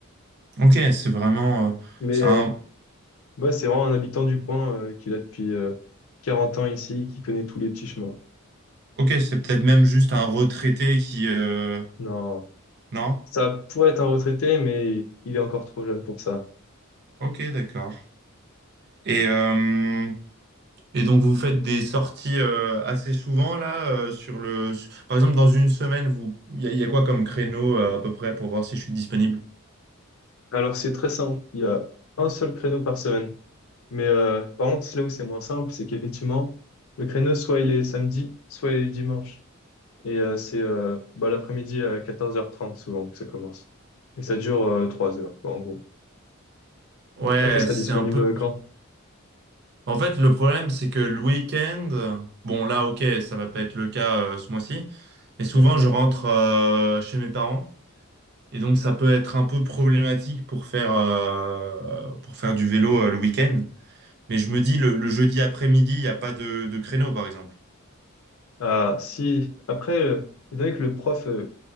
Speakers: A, on the right; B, on the left.
A: Ok, c'est vraiment... euh,
B: Mais
A: c'est un-
B: Moi, c'est vraiment un habitant du coin euh, qui est là depuis euh, 40 ans ici, qui connaît tous les petits chemins.
A: Ok, c'est peut-être même juste un retraité qui... euh,
B: Non,
A: Non?
B: ça pourrait être un retraité, mais il est encore trop jeune pour ça.
A: Ok, d'accord. Et, euh, et donc vous faites des sorties euh, assez souvent là euh, sur le... su- Par exemple, dans une semaine, vous... Il y, a y a quoi comme créneau euh, à peu près pour voir si je suis disponible?
B: Alors, c'est très simple. Il y a un seul créneau par semaine. Mais euh, par contre, c'est là où c'est moins simple, c'est qu'effectivement, le créneau, soit il est samedi, soit il est dimanche. Et euh, c'est euh, bah, l'après-midi à quatorze heures trente souvent que ça commence. Et ça dure euh, 3 heures, quoi, en gros.
A: Ouais,
B: Là, tu serais
A: c'est
B: disponible
A: un peu...
B: quand?
A: En fait, le problème, c'est que le week-end... Bon, là, ok, ça va pas être le cas euh, ce mois-ci. Mais souvent,
B: Hmm
A: je rentre euh, chez mes parents. Et donc, ça peut être un peu problématique pour faire, euh, pour faire du vélo euh, le week-end. Mais je me dis, le, le jeudi après-midi, il n'y a pas de, de créneau, par exemple.
B: Ah, si. Après, euh, étant donné que le prof, euh,